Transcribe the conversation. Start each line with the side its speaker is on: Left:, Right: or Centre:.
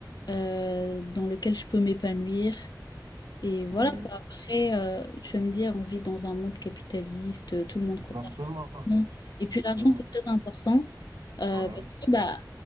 Left: euh, dans lequel je peux m'épanouir Et voilà
Right: oui,
Left: quoi. Après, euh, tu vas me dire, on vit dans un monde capitaliste, euh, tout le monde
Right: exactement,
Left: court d'argent.
Right: exactement,
Left: Et puis l'argent, c'est très important euh,
Right: ouais,
Left: parce que bah,